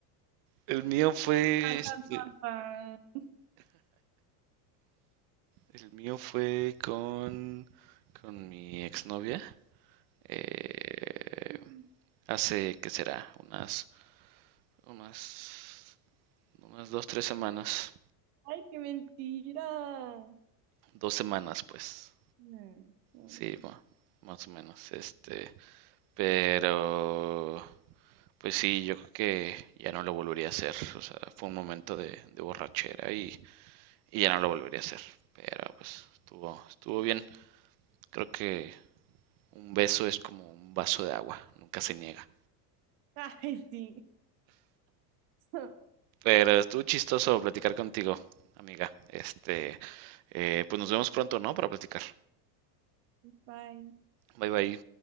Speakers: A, on the right; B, on the right.
A: el mío fue,
B: Tan,
A: este,
B: tan, tan, tan. <laughs>
A: el mío fue con, con mi exnovia. eh,
B: Mm.
A: hace, ¿qué será? Unas, unas, unas dos, tres semanas.
B: Ay, qué mentira. No,
A: Dos semanas, pues.
B: no, no.
A: Sí,
B: no.
A: ma- más o menos. Este, pero Pues sí, yo creo que ya no lo volvería a hacer. O sea, fue un momento de, de borrachera y, y ya no lo volvería a hacer. Pero pues estuvo, estuvo bien. Creo que un beso es como un vaso de agua, nunca se niega.
B: Ay, sí. <laughs>
A: Pero estuvo chistoso platicar contigo, amiga. Este, eh, pues nos vemos pronto, ¿no? Para platicar.
B: Bye.
A: Bye bye.